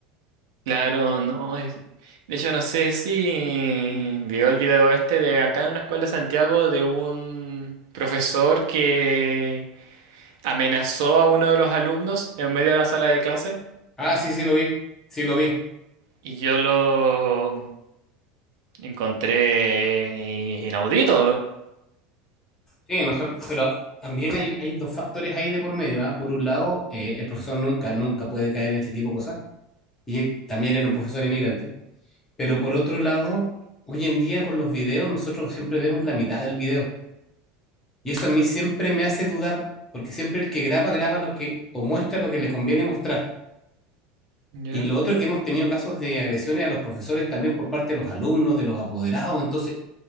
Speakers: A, on the right (about 80°); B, on the left (about 15°).
A: Claro, no. es- De hecho, no sé si vio el video este de acá en una escuela de Santiago de un profesor que amenazó a uno de los alumnos en medio de la sala de clase.
B: Ah, sí, sí lo vi, sí lo vi.
A: Y yo lo encontré inaudito.
B: Sí, nosotros, pero también hay, hay dos factores ahí de por medio, ¿ah? Por un lado, eh, el profesor nunca, nunca puede caer en ese tipo de cosas, y también era un profesor inmigrante, pero por otro lado, hoy en día con los videos nosotros siempre vemos la mitad del video, y eso a mí siempre me hace dudar, porque siempre el que graba, graba lo que, o muestra lo que le conviene mostrar.
A: ¿Ya?
B: Y lo otro que hemos tenido casos de agresiones a los profesores también por parte de los alumnos, de los apoderados, entonces